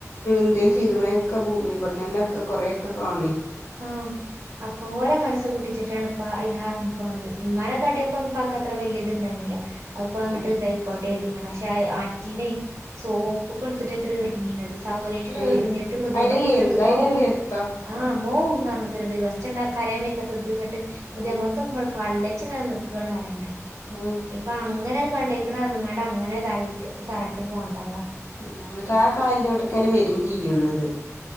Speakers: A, on the left; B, on the right.
A: ന്ത്യൽ ചെയ്തേക്കണെക്കെ ഭൂമി ഇബിടെന്നന്നെക്കെ കൊറേക്കെ കാണി
B: ആഹ് അകോര മനസ്സം മുട്ടിച്ചിട്ടാണ് ഇപ്പ അതിനേറെപ്പായത് ഇമാനെക്കാട്ടിയപ്പ ഇപ്പാക്ക് അത്ര വലിയ ഇത്ണ്ടായിരുന്നില്ല അപ്പൊ അങ്ങോട്ട്
A: ആഹ്
B: തൈക്കോട്ടെ പക്ഷെ ആറ്റിനെ സോപ്പ്ക്കെ എടുത്തിട്ട് ഇത്ര എറങ്ങീത് ചൗവ്ന്നേറ്റ്
A: ഹേയ്
B: എറിഞ്ഞിട്ട് മുതിയംപുറത്തേക്ക്
A: അയിന്റെ
B: ദേ
A: എന്താ
B: ദിതുമ്മോ
A: അയിന്റെ പിടുത്തം
B: ആ ഓഹ് ന്നർനതരജേ ചെന്നാ കരയം വെയ്ക്കത്ത്ത് ന്നട്ട്
A: ആഹ്
B: മുദ്യം <unintelligible> കള്ളച്ച്നേ നിക്കാണ് അറിയണ്ടെ
A: ആഹ്
B: ഇപ്പ അങ്ങനെ കണ്ടേക്കണ നിങ്ങടെ അങ്ങനെതായിട്ട് തറട്ട് പോണതാണ്
A: എന്നിട്ട് ആ കാലിലോട്ടൊക്കെയാണ് വരും ചെയ്യണത്